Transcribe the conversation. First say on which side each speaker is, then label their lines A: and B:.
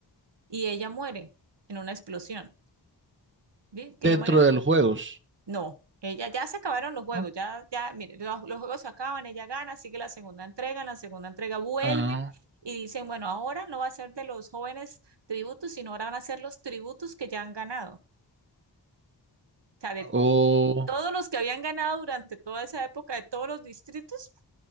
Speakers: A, on the right; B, on the right.
A: y ella muere en una explosión. ¿Sí? Que
B: Dentro
A: ella muere en...
B: de
A: el-
B: los juegos,
A: No, ella ya se acabaron los juegos,
B: ¿no?
A: ya, ya, mire, los, los juegos se acaban, ella gana, sigue la segunda entrega, en la segunda entrega vuelve
B: Ah,
A: y dicen, bueno, ahora no va a ser de los jóvenes tributos, sino ahora van a ser los tributos que ya han ganado. O sea, de
B: o
A: todos los que habían ganado durante toda esa época, de todos los distritos,